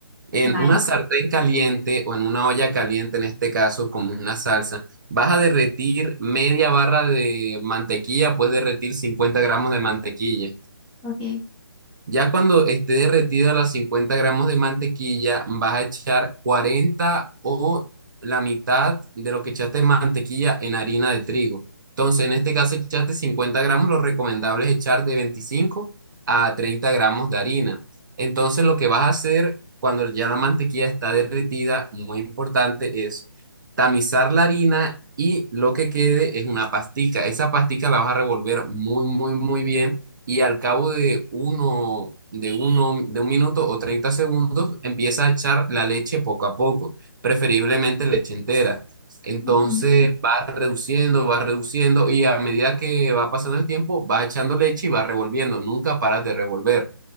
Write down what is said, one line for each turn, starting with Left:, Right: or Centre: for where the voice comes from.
Right: En
Centre: Vale,
Right: una sartén caliente o en una olla caliente, en este caso, como una salsa, vas a derretir media barra de mantequilla, puedes derretir 50 gramos de mantequilla.
Centre: ok.
Right: Ya cuando esté derretida las 50 gramos de mantequilla, vas a echar 40 o la mitad de lo que echaste de mantequilla en harina de trigo. Entonces, en este caso, echaste 50 gramos, lo recomendable es echar de veinticinco a treinta gramos de harina. Entonces, lo que vas a hacer cuando ya la mantequilla está derretida, muy importante, es tamizar la harina y lo que quede es una pastica. Esa pastica la vas a revolver muy, muy, muy bien y al cabo de uno, de uno, de un minuto o 30 segundos empieza a echar la leche poco a poco, preferiblemente leche entera. Entonces
Centre: Ujú.
Right: va reduciendo, va reduciendo y a medida que va pasando el tiempo va echando leche y va revolviendo, nunca paras de revolver.